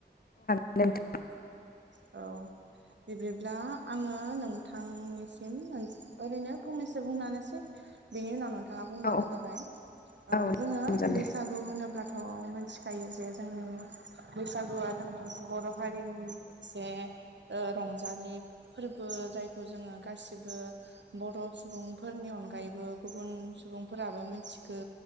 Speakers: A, on the left; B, on the right.
A: <unintelligible>
B: औ बिब्दिब्ला आङो नोंथांनिसिम मोन ओरैनो फंनैसो बुंनानैसै बेनि उनाव नोंथाङा बुंबानो
A: औ
B: जाबाय ओ
A: औ
B: जोङो
A: जागोन दे
B: बैसाग गु होनोब्लाथ' मिथिखायो जे जोंनि बैसागुआ जोंनि बर' हारिनि से रंजालि फोरबो जायखौ जोङो गासिबो बर' सुबुंफोरनि अनगायैबो गुबुन सुबुंफोराबो मिनथिगो